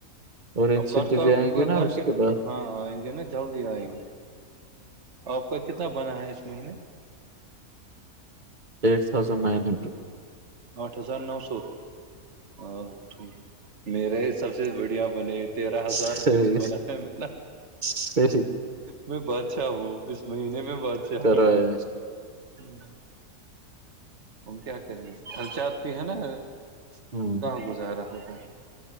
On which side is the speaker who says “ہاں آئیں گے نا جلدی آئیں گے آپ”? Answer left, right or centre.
Right